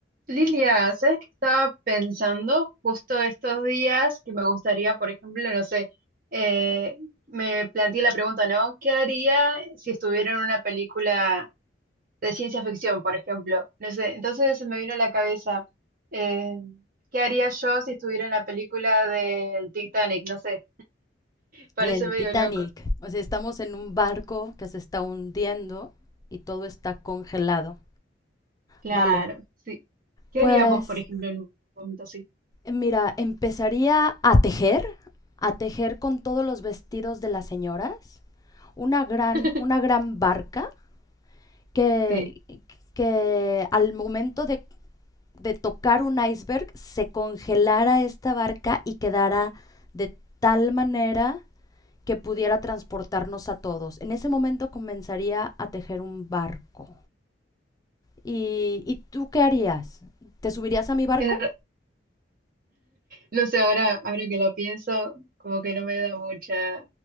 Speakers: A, on the right; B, on the left.
A: Lilia, ¿sabes qué estaba pensando justo estos días? Que me gustaría, por ejemplo, no sé, eh, me planteé la pregunta, ¿no? ¿Qué haría si estuviera en una película de ciencia ficción, por ejemplo? No sé, entonces se me vino a la cabeza, eh, ¿qué haría yo si estuviera en la película del Titanic? No sé, parece
B: el
A: medio
B: Titanic.
A: loco.
B: O sea, estamos en un barco que se está hundiendo y todo está congelado.
A: Claro,
B: Vale.
A: sí. ¿Qué
B: Pues
A: harías vos, por ejemplo, en un momento así?
B: mira, empezaría a tejer, a tejer con todos los vestidos de las señoras, una gran,
A: <laughs>
B: una gran barca que,
A: Sí,
B: que al momento de, de tocar un iceberg se congelara esta barca y quedara de tal manera que pudiera transportarnos a todos. En ese momento comenzaría a tejer un barco. ¿Y, y tú qué harías? ¿Te subirías a mi barco?
A: es No sé, ahora, ahora que lo pienso, como que no me da mucha,